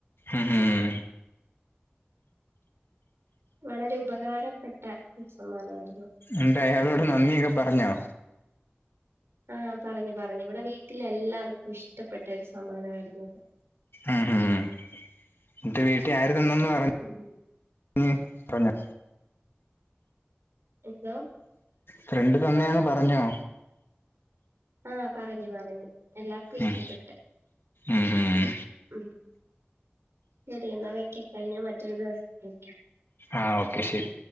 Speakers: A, on the left (about 60°); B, on the right (about 80°).
A: ഉം ഉം
B: വളരെ ഉപകാരപ്പെട്ട ഒരു സമ്മാനമായിരുന്നു
A: എന്താ അയാളോട് നന്ദിയൊക്കെ പറഞ്ഞോ
B: ആ പറഞ്ഞു പറഞ്ഞു ഇവിടെ വീട്ടിൽ എല്ലാർക്കും ഇഷ്ടപ്പെട്ട ഒരു സമ്മാനമായിരുന്നു അത്
A: ഉം ഉം ന്റെ വീട്ടില് ആയി ന്നെന്നു പറഞ്ഞ്
B: ഉം
A: ഉം പറഞ്ഞ്
B: എന്തോ
A: ഫ്രണ്ട് തന്നെയാന്ന് പറഞ്ഞോ
B: ആ പറഞ്ഞു പറഞ്ഞു എല്ലാർക്കും ഇഷ്ടപ്പെട്ട്
A: ഉം ഉം ഉം
B: ഉം ശരി എന്നാ വെക്കട്ടെ ഞാൻ മറ്റൊരു ദിവസം വിളിക്കാം
A: ആ ഓക്കെ ശരി